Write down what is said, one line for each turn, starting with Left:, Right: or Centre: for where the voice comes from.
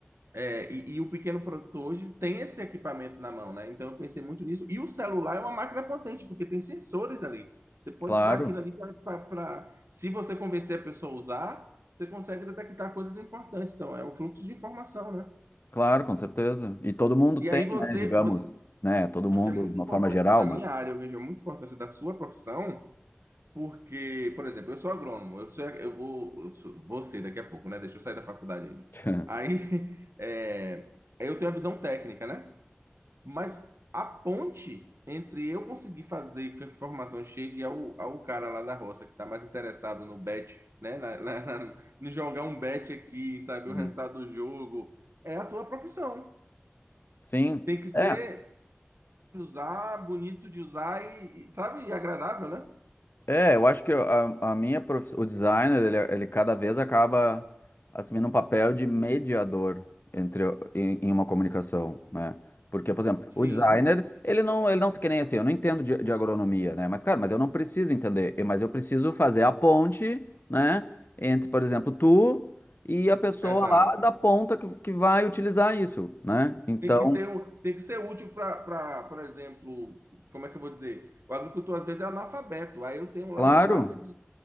Right: É, e, e o pequeno produtor hoje tem esse equipamento na mão, né? Então eu pensei muito nisso. E o celular é uma máquina potente, porque tem sensores ali. Você pode
Left: claro,
Right: usar aquilo ali para. Se você convencer a pessoa a usar, você consegue detectar coisas importantes. Então, é o fluxo de informação, né?
Left: claro, com certeza. E todo mundo
Right: E
Left: tem,
Right: aí você,
Left: né? Digamos,
Right: você
Left: né? Todo mundo
Right: acho que é muito
Left: de uma
Right: importante,
Left: forma geral,
Right: por exemplo,
Left: mas.
Right: na minha área eu vejo muita importância da sua profissão, porque, por exemplo, eu sou agrônomo, eu sou, eu vou, eu sou, vou ser daqui a pouco, né? Deixa eu sair da faculdade ainda.
Left: <laughs>
Right: Aí, <laughs> é, eu tenho a visão técnica, né? Mas a ponte entre eu conseguir fazer com que a informação chegue ao, ao cara lá da roça que está mais interessado no bet, né? na- <laughs> na- na- no jogar um bet aqui, saber
Left: Hum,
Right: o resultado do jogo, é a tua profissão.
Left: Sim.
Right: Tem que ser
Left: É.
Right: usar, bonito de usar e, e, sabe, e agradável, né?
Left: É, eu acho que a, a minha profi- o designer, ele, ele cada vez acaba assumindo um papel de mediador entre, o- em, em uma comunicação, né? Porque, por exemplo,
Right: Sim,
Left: o designer, ele não, ele não se que nem assim, eu não entendo de, de agronomia, né? Mas, cara, mas eu não preciso entender, eu- mas eu preciso fazer a ponte, né? Entre, por exemplo, tu e a pessoa
Right: exato.
Left: lá da ponta que, que vai utilizar isso, né? Então,
Right: Tem que ser, u- tem que ser útil para, por exemplo, como é que eu vou dizer? O agricultor às vezes é analfabeto, aí eu tenho lá
Left: claro,
Right: a classe de